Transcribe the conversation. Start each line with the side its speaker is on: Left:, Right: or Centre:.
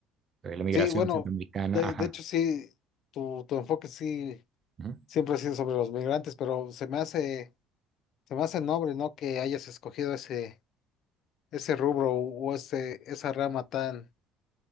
Right: de la migración
Left: Sí, bueno,
Right: centroamericana.
Left: de,
Right: Ajá.
Left: de hecho sí, tu, tu enfoque sí
Right: Ujú.
Left: siempre ha sido sobre los migrantes, pero se me hace, se me hace noble, ¿no? Que hayas escogido ese, ese rubro o ese, esa rama tan,